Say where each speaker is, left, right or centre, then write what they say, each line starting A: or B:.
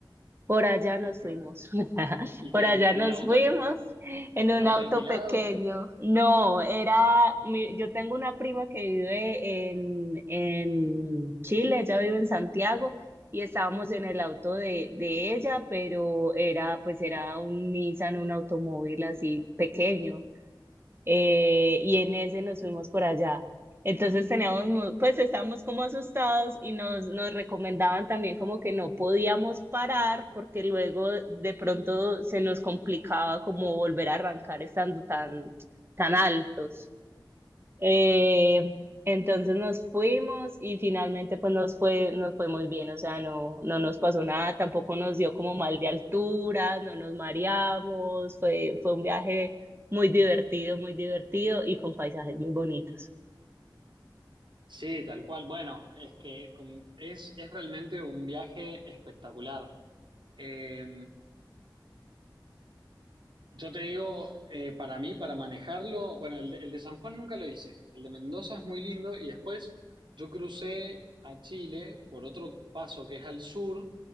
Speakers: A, on the right; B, on the right.
A: Por allá nos
B: Es que-
A: fuimos, <laughs>
B: ¿Y
A: por
B: que
A: allá
B: ¿En, en
A: nos
B: un auto,
A: fuimos
B: al-
A: en
B: en
A: un
B: auto
A: auto
B: alquilado?
A: pequeño. No, era, mi- yo tengo una prima que vive en, en Chile, ella vive en Santiago y estábamos en el auto de, de ella, pero era, pues era un Nissan, un automóvil así pequeño eh, y en ese nos fuimos por allá. Entonces teníamos, mu- pues estábamos como asustados y nos, nos recomendaban también como que no podíamos parar porque luego de pronto se nos complicaba como volver a arrancar estando tan, tan altos. Eh, entonces nos fuimos y finalmente pues nos fue, nos fue muy bien, o sea, no, no nos pasó nada, tampoco nos dio como mal de altura, no nos mareamos, fue, fue un viaje muy divertido, muy divertido y con paisajes muy bonitos.
B: Sí, tal cual. Bueno, es que con- es, es realmente un viaje espectacular. Eh, yo te digo, eh, para mí, para manejarlo, bueno, el de, el de San Juan nunca lo hice, el de Mendoza es muy lindo y después yo crucé a Chile por otro paso que es al sur,